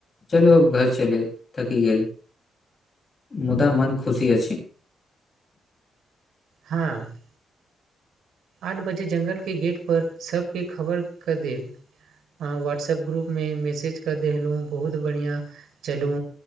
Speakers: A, on the left (about 30°); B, on the right (about 80°).
A: चलु अब घर चल थकि गेल मुदा मन खुशी अ छै
B: हँ आठ बजे जंगलके गेटपर सबके खबर कऽ देब हह व्हाट्सअप ग्रुपमे मैसेजके देखेलहुँ बहुत बढ़िआँ चलूं